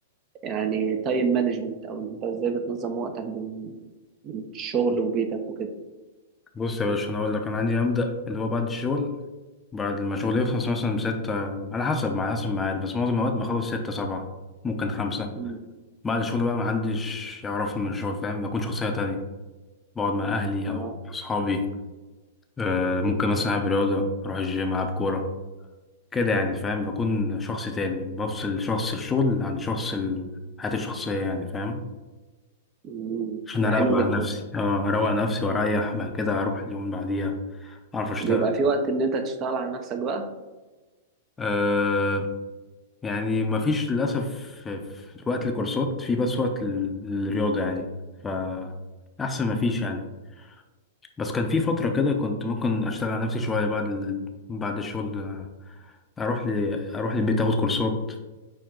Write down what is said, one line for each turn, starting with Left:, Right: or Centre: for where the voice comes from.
Right: يعني تايم مانجمنت او انت ازاي بتنظم وقتك بين بين الشغل وبيتك وكده
Left: بص يا باشا انا اقول لك انا عندي مبدأ اللي هو بعد الشغل بعد ما شغلي يخلص مثلا بستة على حسب على حسب الميعاد بس معظم الوقت بخلص ستة سبعة ممكن خمسة
Right: مم.
Left: بعد الشغل بقى محدش يعرفني من الشغل فاهم بكون شخصية تانية بقعد مع أهلي
Right: اه
Left: أو أصحابي آه ممكن مثلا ألعب رياضة أروح الجيم ألعب كورة كده يعني فاهم بكون شخص تاني بفصل شخص الشغل عن شخص ال- حياتي الشخصية يعني فاهم
Right: مم.
Left: عشان
Right: ده
Left: اروق
Right: حلو جدا
Left: عن نفسي اه اروق عن نفسي واريح بعد كده اروح اليوم اللي بعديها اعرف اشتغل
Right: بيبقى في وقت ان انت تشتغل على نفسك بقى
Left: أه يعني مفيش للاسف في في وقت الكورسات في بس وقت ال- الرياضه يعني ف احسن مفيش يعني بس كان في فتره كده كنت ممكن اشتغل على نفسي شويه بعد ال... بعد الشغل آه، اروح ل... اروح البيت اخد كورسات